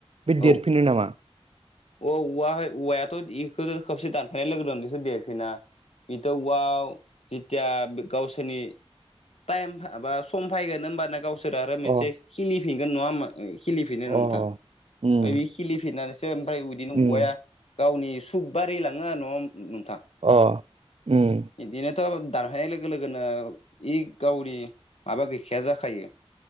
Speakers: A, on the right; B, on the left.
A: बे
B: औ
A: देरफिनो नामा?
B: अ औवाहाय औवायाथ' इखौथ' खेबसे दानफैनाय लोगो बेसोर देरफिना। बेथवाव जिथिया गावसोरनि टाइम बा सम फैगोन हबानो गावसो सोर आरो मोनसे
A: अ
B: खिलिफिनगोन नङा खिलिफिनो
A: अ
B: नोंथां।
A: उम
B: ओमफ्राय बे खिलिफिरनानैसो ओमफ्राय बिदिनो
A: उम
B: औवाया गावनि सुब बारि लाङो आरो न' नोंथां।
A: अ उम
B: बिदिनोथ' दानहैनाय लोगो लोगोनो इ गावनि माबा गैखाया जाखायो